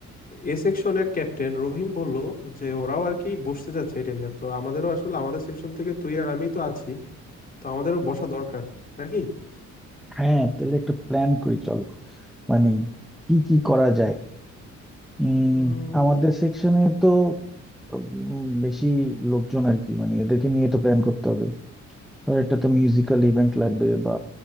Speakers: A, on the left; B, in the centre.
A: এ সেকশনের ক্যাপ্টেন রহিম বলল যে ওরাও আর কি বসতে যাচ্ছে এটা নিয়ে তো আমাদেরও আসলে আমাদের সেকশন থেকে তুই আর আমি তো আছি তো আমাদেরও বসা দরকার নাকি
B: হ্যাঁ তাহলে একটা প্ল্যান করি চলো মানে কি কি করা যায় উম
A: উম,
B: আমাদের সেকশনে তো উম, বেশি লোকজন আর কি মানে এদেরকে নিয়ে তো প্ল্যান করতে হবে ধর একটা তো মিউজিক্যাল ইভেন্ট লাগবে বা